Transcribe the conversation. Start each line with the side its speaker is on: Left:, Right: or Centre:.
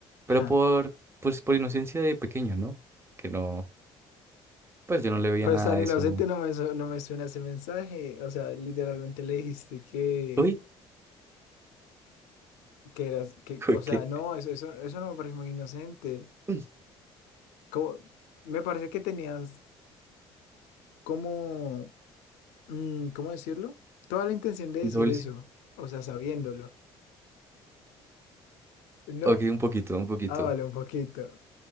Right: pero
Left: <laughs>
Right: por, pues, por inocencia de pequeño, ¿no? Que no, pues yo no le veía
Left: Pues
Right: nada
Left: tan
Right: a
Left: inocente
Right: eso,
Left: no me, su- no me suena ese mensaje, o sea, literalmente le dijiste que,
Right: Uy,
Left: que eras, que,
Right: <laughs> uy,
Left: o sea,
Right: ¿qué?
Left: no, eso, eso, eso no me parece muy inocente.
Right: Uy,
Left: Como, me parece que tenías como mm, ¿cómo decirlo? Toda la intención de decir
Right: Doble
Left: eso,
Right: sí.
Left: o sea, sabiéndolo, ¿no?
Right: Ok, un poquito, un poquito,
Left: Ah, vale, un poquito.